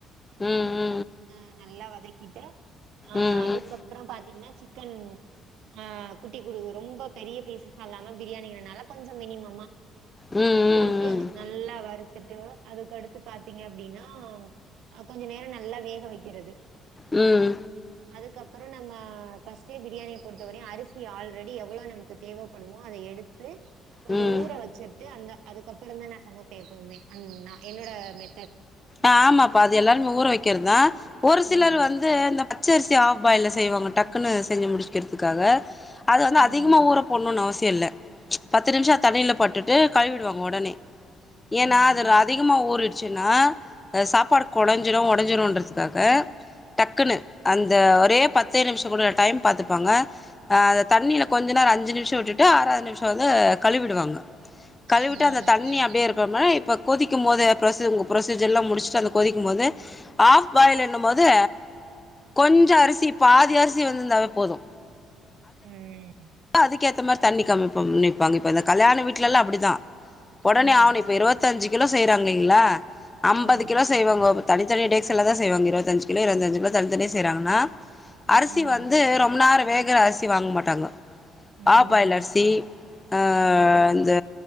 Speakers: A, on the left (about 20°); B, on the right (about 75°).
A: ம் ம்
B: ஆ நல்லா வதக் கிட்ட ஆ
A: ம் ம்
B: அதுக்கப்றோ பாத்தீங்னா சி க்கன் ஆ குட்டி குடு ரொம்ப பெரிய பீசஸ்ஸா இல்லாம பிரியாணிங்கறனால கொஞ்சோ மினிமமா
A: ம்
B: போட்டு நல்லா வறு த்துட்டு அதுக்கடுத்து பாத்தீங்க அப்டின்னா கொஞ்ச நேரம் நல்லா வேக வக்கிறது
A: ம்
B: அதுக்கப்பற நம்ம ஃபஸ்ட்டே பிரியாணி பொறுத்தவரையு அரிசி ஆல்ரெடி எவ்ளோ நமக்கு தேவப்படுமோ அத எடுத் து கொஞ்சோ
A: ம் ம்
B: ஊற வச்சிட்டு அந்த அதுக்கப்பறந்தா நா சமப்பே எப்போவுமே அந் நா என்னோட மெ
A: ஆ ஆமாப்பா அது எல்லாருமே ஊற வெக்கிறதுதா ஒரு சிலர்
B: ம்
A: வந்து இந்த பச்ச அரிசி ஆஃப் பாயில்ல செய்வாங்க டக்குன்னு செஞ்சு முடிக்கிறதுக்காக அது வந்து
B: ம்
A: அதிகமா ஊற போடுனுனு அவசிய இல்ல பத்து நிமிஷம் தண்ணில போட்டுட்டு கழுவிடுவாங்க உடனே ஏன்னா
B: ம்
A: அது ர அதிகமா ஊரிடு ச்சுனா ஆ சாப்பாடு கொழஞ்சிரு ஒடஞ்சிருன்றதுக்காக டக்குனு அந்த ஒரே பத்துே நிம்ஷ கூட டைம் பாத்துப்பாங்க ஆ அத தண்ணில கொஞ்ச நேரொ அஞ்சு நிம் ஷொ விட்டுட்டு ஆறாவது நிமிஷொ வந்து கழுவிடுவாங்க கழுவிட்டு
B: ம்
A: அந்த தண்ணி அப்டே <unintelligible> இப்ப கொதிக்குமோதே ப்ரொசிங்கொ ப்ரொசிஜ் ஜெல்லா முடிச்ட்டு அந்த கொதிக்கும் போது ஆஃப் பாயில் என்னம் போது கொஞ்சொ அரிசி பாதி அரிஸ் சி வெந்திந்தாவே போது
B: ம்ம்
A: துக்கேத்த மார் தண்ணி கம் பம் னிப்பாங்க இப்ப இந்த கல்யாண வீட்லெல்லா அப்பிடிதா ஒடனே
B: ம்
A: அவனு இப்ப இருவத்தஞ்சு கிலோ செய்யறாங்லிங்ளா அம்பது
B: ஆமா.
A: கிலோ செய்வாங் ஒவ்வொர் தனி தனி டேக்ஸுல்ல தா செய்வாங் இருவத்தஞ்சு கிலோ இருவத்தஞ்சு கிலோ தனி தனியா செய்றாங்கன்னா அரிசி
B: ம்
A: வந்து ரொம் நேரொ வே குற அரிசி வாங் மாட்டாங்கொ
B: ம்
A: ஆப்பாயில் அரிசி ஆ
B: ம் ஆமா ம் ம் ம் ம்
A: இந்த